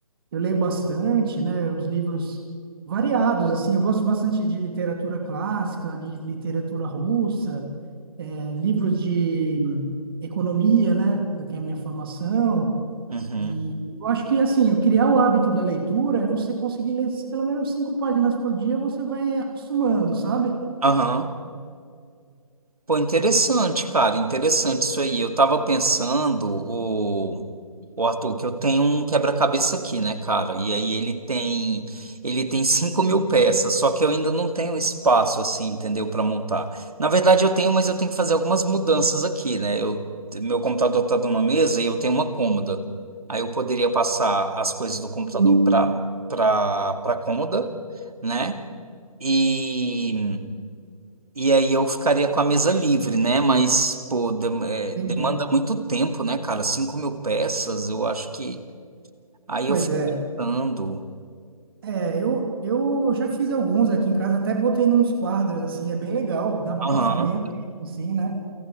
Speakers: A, on the right (about 40°); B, on the right (about 75°).
A: eu leio bastante, né? Os livros variados, assim. Eu gosto bastante de literatura clássica, de literatura russa, eh, livros de economia, né? Que é a minha formação.
B: Uhum.
A: E eu acho que, assim, eu criar o hábito da leitura é você conseguir ler pelo menos cinco páginas por dia, você vai acostumando, sabe?
B: Aham. Pô, interessante, cara, interessante isso aí. Eu tava pensando, o, o Arthur, que eu tenho um quebra-cabeça aqui, né, cara? E aí ele tem, ele tem <laughs> 5 mil peças, só que eu ainda não tenho espaço, assim, entendeu, para montar. Na verdade, eu tenho, mas eu tenho que fazer algumas mudanças aqui, né? Eu, meu computador tá numa mesa e eu tenho uma cômoda. Aí eu poderia passar as coisas do computador para para para cômoda, né? E e aí eu ficaria com a mesa livre, né? Mas, pô, dem- é,
A: Entendi.
B: demanda muito tempo, né, cara? 5 mil peças, eu acho que. Aí
A: Pois
B: eu fico
A: é.
B: pensando.
A: É, eu, eu já fiz alguns aqui em casa, até botei nos quadros, assim, é bem legal, dá para
B: Aham.
A: passar bem o tempo, assim, né?